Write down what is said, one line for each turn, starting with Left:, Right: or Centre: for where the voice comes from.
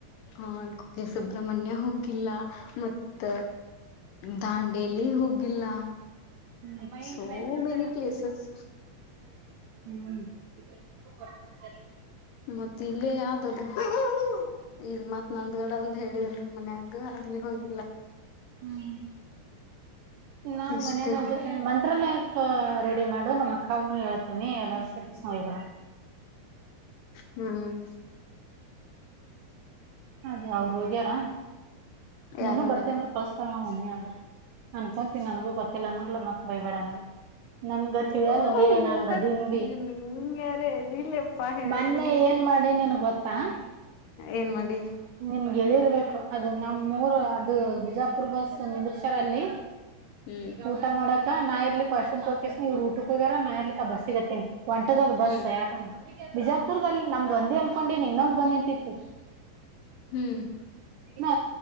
Left: ಆ ಕುಕ್ಕೆ ಸುಬ್ರ್ಮಣ್ಯ ಹೋಗಿಲ್ಲ ಮತ್ತ ದಾಂಡೇಲಿ ಹೋಗಿಲ್ಲ
Right: <inaudible>
Left: ಸೋ ಮೆನಿ ಪ್ಲೇಸಸ್
Right: ಮ್ ಮ
Left: ಮತ್ ಇಲ್ಲೇ ಯಾವ್ದದು <unintelligible> ಈಗ ಮತ್ ನಂದ್ಗಡ ಒಂದು ಹೇಳಿದ್ರ ಮನೆಯಾಗ ಹ <unintelligible>
Right: ಹ್ಮ್ ನ
Left: ಇಷ್ಟಿಲ್ಲ
Right: ಮನೆ ನತೆ ಮ ಮಂತ್ರಾಲಯ ಕೆ ರೆಡಿ ಮಾಡು ನಮ್ಮ್ ಅಕ್ಕಾಗನು ಹೇಳ್ತೀನಿ ಎಲ್ಲ ವನ್ ದಿನಕ್ ಬರೋಣ
Left: ಹ್ಮ್
Right: ಅದ ಅವರು ಹೋಗ್ಯಾರ ನೀವನು
Left: ಯಾರೋಗ್ಯಾರ
Right: ಬರ್ತ ಅಂದ್ರೆ ಕಳಸ್ತಾಲ್ ನ ಮಮ್ಮಿ ಅನ್ಕೊಂತೀನಿ ನನ್ಗೂ ಗೊತ್ತಿಲ್ಲಂಗಲ ಮತ್ತ ಬೈಬೇಡ್ಮೇಲೆ ನನ್ ಗೊತ್ತಿದೆ
Left: ಹೋಗ
Right: ಅಲ್ಲ ಲ ನಂಗ ಅದನ್ ಭ
Left: ನಿಂಗ್ಯಾರ ಎದಿಲ್ಲಪ್ಪಾ ಹೇಳ್ತೀನಿ
Right: ಮೊನ್ನೆ ಏನ್ ಮಾಡಿ ನನ್ ಗೊತ್ತ ಹಾ
Left: ಏನ್ ಮಾಡಿ
Right: ನಮ್ಗೆರ್ಬೇಕು ಅದು ನಮ್ಮ್ ಮೂರ್ ಅದು ಬಿಜಾಪುರ್ ಬಸ್ ನಿದ್ರಶಾರ ಅಲ್ಲಿ
Left: ಹ್ಮ್
Right: ಈಗ ಊಟ ಮಾಡಕ್ ಹ ನಾ ಇರ್ಲಿ ಪರ್ಶಮ ತಕನ ನೀವು ರೂಟಕ್ ಹೋಗ್ಯಾರ ನಾ ಇರ್ಲಿಕ್ಕೆಕ್ಕ ಬಸ್ ಸಿಗತ್ತಿನಿ. ಒಂಟದ ಅದ ಬಸ್ಸ
Left: ಹ್ಮ್
Right: ಯಾಕಂದ. ಬಿಜಾಪುರ್ದಲ್ಲಿ ನಮ್ದು ಒಂದೇ ಅನ್ಕೊಂಡೀನಿ ಇನ್ನೊಂದು್ ಬಂದ ನಿಂತಿತ್ತು.
Left: ಹ್ಮ್
Right: ನಾ